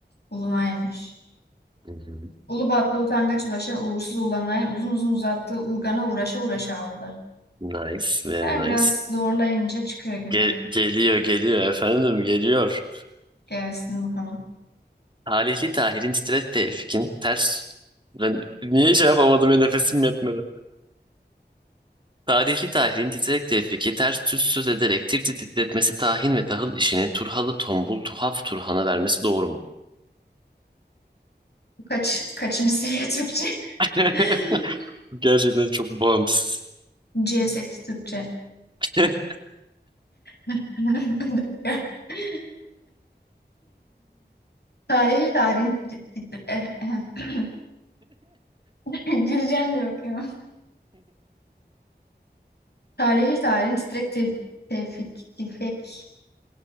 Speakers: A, on the left; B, on the right.
A: Ulunaymış.
B: Hı hı.
A: Ulubatlı utangaç ulaşa uğursuz ulanay uzun uzun uzattığı urgana uğraşa uğraşa aldı.
B: Nice, very
A: Yani
B: nice.
A: biraz zorlayınca çıkıyor gibi.
B: Ge- geliyor, geliyor efendim, geliyor.
A: Gelsin bakalım.
B: Talihli Tahir'in titret Tevfik'in ters... Ben niye şey yapamadım ya nefesim yetmedi. Talihli Tahil'in titrek Tevfik'i ters düz söz ederek tir titretmesi tahin ve tahıl işini Turhalı tombul tuhaf Turhan'a vermesi doğru mu?
A: Kaç, kaçıncı seviye Türkçe?
B: <laughs>
A: <laughs>
B: Gerçekten çok bağımsız.
A: C8 Türkçe.
B: <laughs>
A: <laughs> Bir dakika. <laughs> Tarihi tarihin tit- tit- eh, eh. <laughs> güleceğim de bakıyorum. Tarihi tarihin titrek te tevfik tevfik.